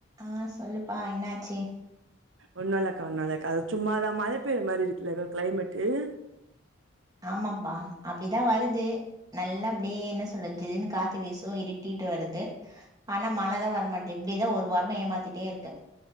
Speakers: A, on the right; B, on the right.
A: ஆ சொல்லுப்பா என்னாச்சி
B: ஒண்ணு இல்லக்கா ஒன்னு இல்லக்கா அ சும்மாதா மழ பெய்ற மாரி இருக்குல்லக்கா கிளைமேட்டு
A: ஆமாப்பா அப்டிதா வருது நல்லா அப்டியே என்ன சொல்றதுன் காத்து வீசு இருட்டி ட்டு வருது ஆனா மழதா வரமாட்டே இப்டிதா ஒரு வாரம ஏமாத்திட்டே இருக்கு